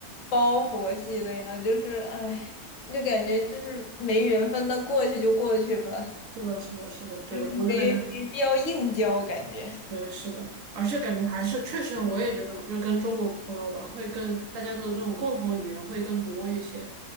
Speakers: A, on the left (about 65°); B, on the right (about 65°).
A: 包佛系的呀，就是哎，就感觉就是没缘分，那过去就过去吧。
B: 是的，是的，是的，对的，
A: 嗯，
B: 我就感觉
A: 没没必要硬交，感觉。
B: 对，是的，而且感觉还是确实，我也觉得嘛，就是跟中国朋友玩会更大家的那种共同语言会更多一些，